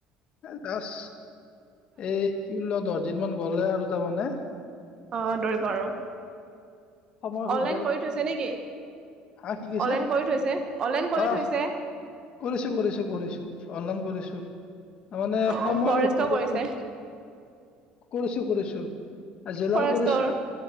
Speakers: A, on the left (about 40°); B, on the right (about 25°).
A: দাস। এই ল দৰ দিনমান গ'লে আৰু তাৰমানে
B: অ দৌৰিব আৰু।
A: সময় সুবিধা
B: অনলাইন কৰি থৈছে নেকি
A: হা কি কৈছে
B: অনলাইন কৰি থৈছে অনলাইন কৰি
A: অ
B: থৈছে।
A: কৰিছো কৰিছো কৰিছো অনলাইন কৰিছো। তাৰ ৰ মানে
B: অ
A: সময়ো
B: ফৰেষ্টৰ
A: খুব
B: কৰিছে
A: কম কৰিছো কৰিছো। জেলাৰ
B: ফৰেষ্টৰ
A: কৰিছো